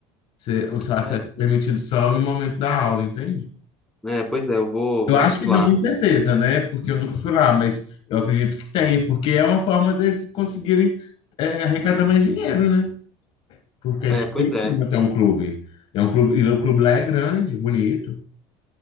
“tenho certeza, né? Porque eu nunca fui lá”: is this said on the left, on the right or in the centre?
Left